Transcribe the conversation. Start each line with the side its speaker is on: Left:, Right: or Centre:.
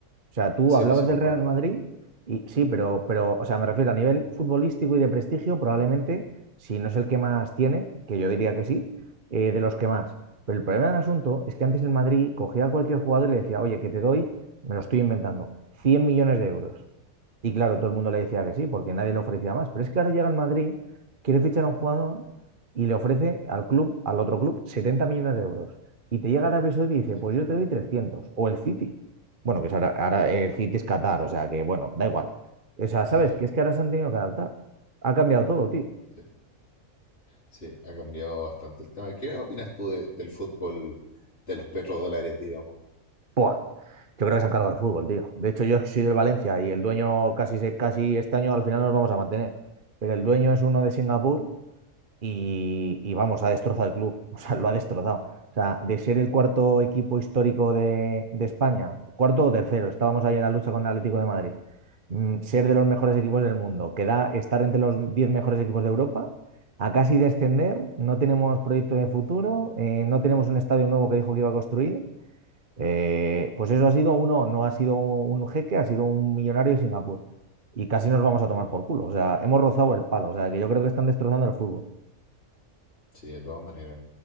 Right: O sea, tú
Left: Sí,
Right: hablabas
Left: pues sí, me
Right: del
Left: acuerdo.
Right: Real Madrid y sí, pero, pero, o sea, me refiero a nivel futbolístico y de prestigio, probablemente, si no es el que más tiene, que yo diría que sí, eh, de los que más. Pero el problema del asunto es que antes el Madrid cogía a cualquier jugador y le decía, oye, que te doy, me lo estoy inventando, 100 millones de euros. Y claro, todo el mundo le decía que sí, porque nadie le ofrecía más. Pero es que ahora llega al Madrid, quiere fichar a un jugador y le ofrece al club, al otro club, 70 millones de euros. Y te llega Arabia Saudí y dice,
Left: Sí,
Right: pues yo te doy trescientos O el City. Bueno, que es ahora, ahora el City es Qatar, o sea que, bueno, da igual. O sea,
Left: sí,
Right: ¿sabes? Que es que ahora se han tenido que adaptar. Ha cambiado todo, tío.
Left: sí. Sí, ha cambiado bastante el tema. ¿Qué opinas tú de- del fútbol, de los petrodólares, digamos?
Right: ¡Puah! Yo creo que se han cargado el fútbol, tío. De hecho, yo soy del Valencia y el dueño casi, se- casi este año al final nos vamos a mantener. Pero el dueño es uno de Singapur y, y vamos, ha destrozado el club, <laughs> o sea, lo ha destrozado. O sea, de ser el cuarto equipo histórico de, de España, cuarto o tercero, estábamos ahí en la lucha con el Atlético de Madrid, mm, ser de los mejores equipos del mundo, que da estar entre los 10 mejores equipos de Europa, a casi descender, no tenemos proyecto de futuro, eh, no tenemos un estadio nuevo que dijo que iba a construir, eh, pues eso ha sido uno, no ha sido un jeque, ha sido un millonario de Singapur. Y casi nos vamos a tomar
Left: Mm,
Right: por culo. O sea, hemos rozado el palo. O sea, que yo creo que están destrozando el fútbol.
Left: Sí, de todas maneras.